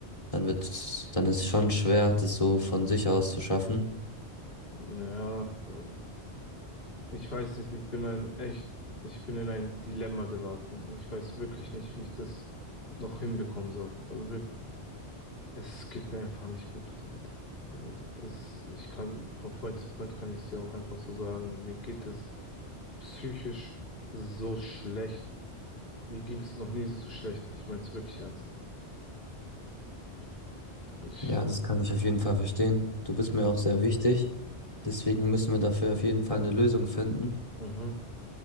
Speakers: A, on the left; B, on the left.
A: dann wird's, dann ist es schon schwer, das so von sich aus zu schaffen.
B: naja, ähm, ich weiß nicht, ich bin ein echt, ich bin in ein Dilemma geraten und ich weiß wirklich nicht, wie ich das noch hinbekommen soll. Also wirklich, es geht mir einfach nicht gut damit. Also Das, ich kann von Freund zu Freund kann ich es dir auch einfach so sagen, mir geht es psychisch so schlecht. Mir ging es noch nie so schlecht. Ich meine es wirklich ernst. Ich,
A: Ja, das kann ich auf jeden Fall verstehen. Du bist mir
B: ja.
A: auch sehr wichtig. Deswegen müssen wir dafür auf jeden Fall eine Lösung finden.
B: Mhm,